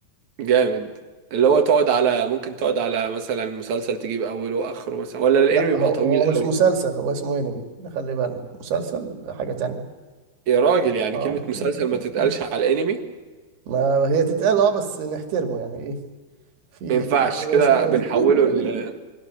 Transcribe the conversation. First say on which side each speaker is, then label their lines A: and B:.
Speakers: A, on the right; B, on the right.
A: جامد اللي هو تقعد على ممكن تقعد على مثلا مسلسل تجيب اوله واخره مثلا ولا الانمي
B: لا
A: بيبقى
B: هو
A: طويل
B: هو مش
A: قوي
B: مسلسل هو اسمه أنمي خلي بالنا مسلسل حاجة تانية
A: يا راجل يعني
B: آه
A: كلمة مسلسل
B: <laughs>
A: ما تتقالش على الانمي
B: ما هي تتقال آه بس نحترمه يعني إيه في
A: ما ينفعش
B: هو
A: كده
B: اسمه أنمي
A: بنحوله ل
B: <laughs>